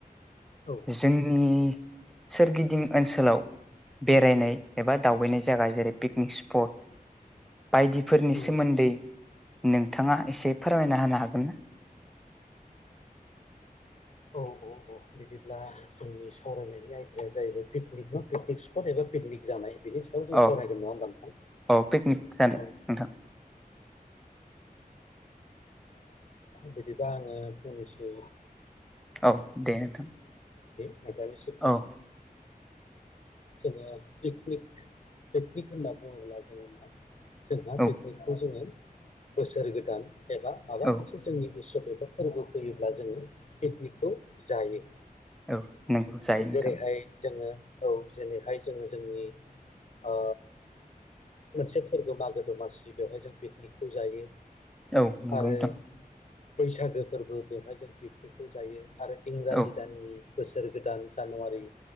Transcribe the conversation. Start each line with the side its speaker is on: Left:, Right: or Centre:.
Left: औ
Centre: जोंनि सोरगिदिं ओनसोलाव बेरायनाय एबा दावबायनाय जायगा जेरै पिकनिक स्पट बायदिफोरनि
Left: नंगौ
Centre: सोमोन्दै नोंथाङा एसे फोरमायना होनो हागोन ना <inaudible>
Left: औ औ बिदिब्ला जोंनि सावरायनायनि आयदाया जाहैबाय पिकनिक ना पिकनिक स्पट एबा पिकनिक जानाय बेनि सायाव जों
Centre: औ
Left: सावरायगोन नङा होमबा नोंथां
Centre: औ पिकनिक जानो
Left: औ
Centre: नोंथां
Left: बिदिबा आङो फंनैसो
Centre: औ दे नोंथां
Left: न दानिस द
Centre: औ <inaudible>
Left: जोङो पिकनिक पिकनिक होनना बुङोब्ला जोङो मा जोंहा
Centre: औ
Left: पिकनिकखौ जोङो बोसोर गोदान एबा माबा
Centre: औ
Left: मोनसे जोंनि उत्सब बबेबा फोरबो फैयोब्ला जोङो पिकनिकखौ जायो
Centre: औ नंगौ जायो नोंथां
Left: जेरैहाय जोङो औ जेरैहाय जोङो जोंनि ओ मोनसे फोरबो मागो दमासि बेवहाय जों पिकनिकखौ जायो
Centre: औ नंगौ
Left: आरो
Centre: नोंथां
Left: बैसागो फोरबो बेवहाय जों पिकनिकखौ जायो आरो इंराजि
Centre: औ
Left: दाननि बोसोर गोदान जानुवारि